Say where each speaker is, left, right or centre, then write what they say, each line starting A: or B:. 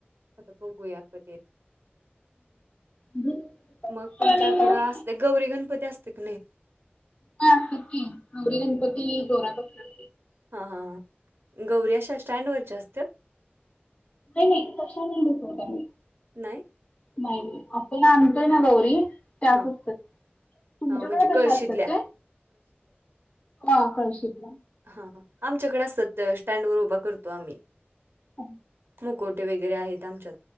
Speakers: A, on the right (about 75°); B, on the left (about 35°).
A: आता बघूया कधी ये
B: झालं
A: मग तुमच्याकडं
B: नाही मग
A: असते गौरी गणपती असते का नाही
B: हा असत्यात की गौरी गणपती जोरात असत्यात
A: हां हां हां गौरी अशा स्टँडवरच्या असत्यात
B: नाय नाय तशा नाय बसवत आम्ही
A: नाय.
B: नाय आपण आणतोय ना गौरी त्याच
A: हां.
B: असत्यात. तुमच्याकडे
A: अ, म्हणजे कळशीतल्या
B: कश्या असत्याते हा कळशितल्या.
A: हा हा आमच्याकड असतात स्टँड वर उभा करतो आम्ही.
B: हा.
A: मुकोटे वगैरे आहेत आमच्यात.